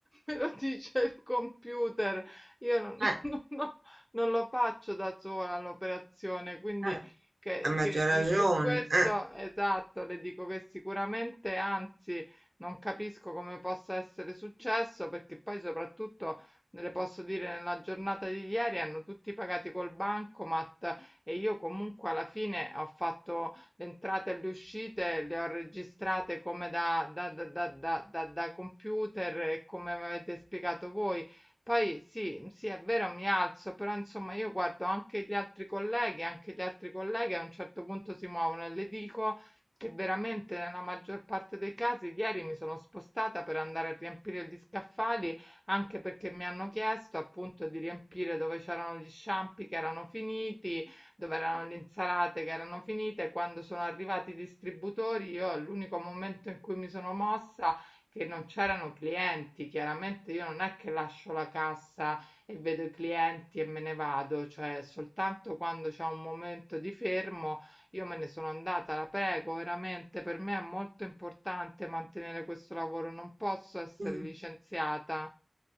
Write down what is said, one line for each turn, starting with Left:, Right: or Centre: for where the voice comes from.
Centre: me lo dice il computer io non <laughs>
Right: Eh,
Centre: non non non lo faccio da sola l'operazione, quindi
Right: eh,
Centre: che
Right: a maggior
Centre: che, ehm,
Right: ragione.
Centre: su questo
Right: Eh.
Centre: esatto, le dico che sicuramente anzi, non capisco come possa essere successo, perché poi soprattutto, le posso dire nella giornata di ieri hanno tutti pagati col bancomat e io comunque alla fine ho fatto le entrate e le uscite, le ho registrate come da da da da da da da computer e come m'avete spiegato voi. Poi sì, mhmm, sì, è vero, mi alzo, però insomma io guardo anche gli altri colleghi, anche gli altri colleghi a un certo punto si muovono e le dico che veramente nella maggior parte dei casi ieri mi sono spostata per andare a riempire gli scaffali, anche perché mi hanno chiesto appunto di riempire dove c'erano gli sciampi che erano finiti, dove erano le insalate che erano finite. Quando sono arrivati i distributori, io l'unico momento in cui mi sono mossa che non c'erano clienti. Chiaramente io non è che lascio la cassa e vedo i clienti e me ne vado, cioè soltanto quando c'è un momento di fermo io me ne sono andata, la prego, veramente per me è molto importante mantenere questo lavoro, non posso essere
Right: Mm.
Centre: licenziata.